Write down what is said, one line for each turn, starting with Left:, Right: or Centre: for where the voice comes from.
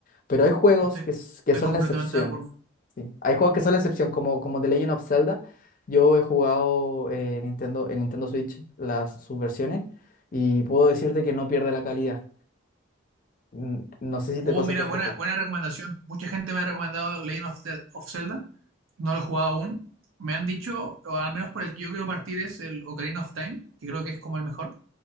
Left: Pero hay juegos
Right: Estoy,
Left: que, s- que
Right: estoy
Left: son
Right: completamente
Left: la excepción,
Right: de acuerdo.
Left: ¿sí? Hay juegos que son la excepción, como, como The Legend of Zelda. Yo he jugado eh, Nintendo, en Nintendo Switch las, sus versiones y puedo decirte que no pierde la calidad. Mm, No sé si
Right: Uh,
Left: te pasa
Right: mira,
Left: con
Right: buena,
Left: otros juegos.
Right: buena recomendación. Mucha gente me ha recomendado Legend of, Ze- of Zelda. No lo he jugado aún. Me han dicho, o al menos por el que yo quiero partir, es el Ocarina of Time, que creo que es como el mejor,